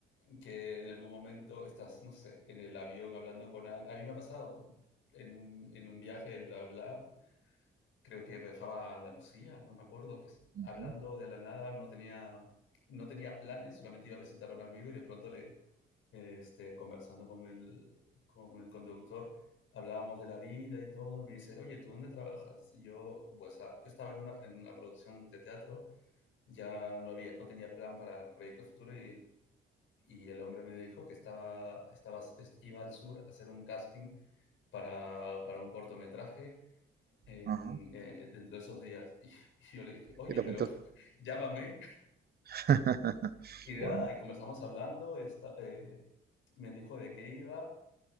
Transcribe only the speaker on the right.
Ujú,
Ajá.
¿Y te apuntaste?
<laughs>
Bueno.